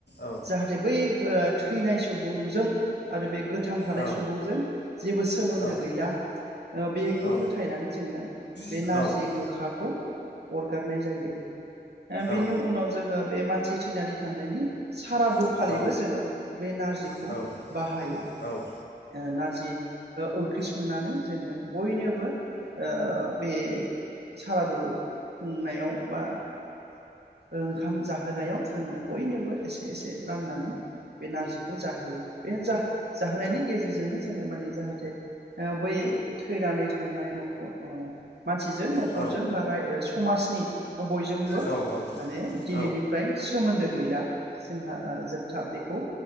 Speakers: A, on the left; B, on the right.
A: औ
B: जाहाथे बै ओ थैनाय सुबुंजों आरो बे गोथां थानाय
A: औ
B: सुबुंजों जेबो सोमोन्दो
A: औ ओ औ
B: गैला ओ बेखौ
A: औ
B: फोथायनानै जोङो बे
A: औ
B: नारजि गोखाखौ अरगारनाय जायो। ओ बेनि
A: औ
B: उनाव जोङो बे मानसि थैनानै थांनायनि- सारादु
A: औ
B: खालिबो
A: औ
B: जोङो बे नारजिखो
A: औ
B: बाहायो
A: औ
B: ओ नारजि ओ ओंख्रि सं खुंनानै जोङो बयनोब बो ओ बे सारादु खुंनायाव बा ओंखाम जाहोनायाव जों बयनोबो एसे-एसे राननानै बे नारजिखौ जाहोयो बे जा जाहोनायनि गेजेरजोंनो जोङो माने <unintelligible> बै थैनानै थांनाय न'ख <unintelligible> मानसिजों न'खरजों
A: औ
B: बा रा समाजनि बयजोंबो
A: औ औ
B: माने दिनैनिफ्राय
A: औ
B: सोमोन्दो गैला जोंहा ओ जोबथा बेखौ